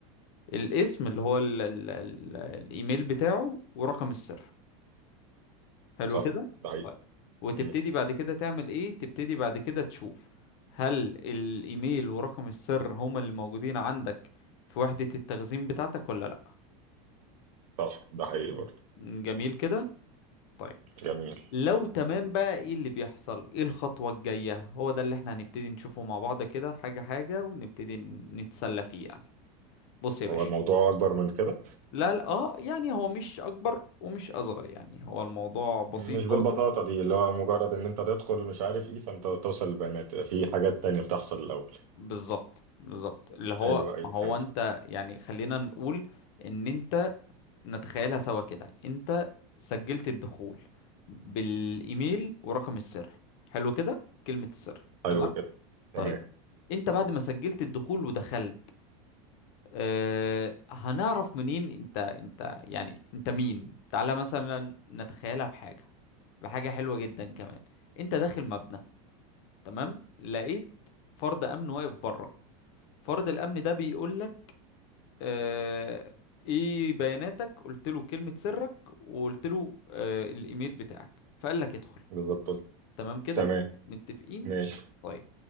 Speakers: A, on the left; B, on the right.
A: الاسم اللي هو ال ال ال الايميل بتاعه ورقم السر حلو
B: صح
A: كده
B: ده حقيقي
A: طيب وتبتدي
B: مم.
A: بعد كده تعمل ايه تبتدي بعد كده تشوف هل الايميل ورقم السر هما اللي موجودين عندك في وحدة التخزين بتاعتك ولا لا
B: صح ده حقيقي برضه
A: جميل كده طيب
B: جميل
A: لو تمام بقى ايه اللي بيحصل ايه الخطوة الجاية هو ده اللي احنا هنبتدي نشوفه مع بعض كده حاجة حاجة ونبتدي نتسلى فيه يعني بص يا باشا
B: هو الموضوع أكبر من كده
A: لا لا اه يعني هو مش اكبر ومش اصغر يعني هو الموضوع بسيط
B: مش بالبساطة
A: برضو
B: دي اللي هو مجرد إن أنت تدخل مش عارف إيه فأنت توصل البيانات في حاجات تانية بتحصل الأول
A: بالظبط بالظبط اللي هو
B: أيوه أيوه
A: ما هو
B: فهمت
A: انت يعني خلينا نقول ان انت نتخيلها سوا كده انت سجلت الدخول بالايميل ورقم السر حلو كده كلمة السر
B: حلو
A: تمام
B: كده تمام
A: طيب انت بعد ما سجلت الدخول ودخلت اه هنعرف منين انت انت يعني انت مين تعالى مثلا نتخيلها بحاجة بحاجة حلوة جدا كمان انت داخل مبنى تمام لقيت فرد امن واقف بره فرد الامن ده بيقول آه، ايه بياناتك قلت له كلمة سرك وقلت له آه، الايميل بتاعك فقال لك ادخل
B: بالظبط
A: تمام كده
B: تمام
A: متفقين
B: ماشي
A: طيب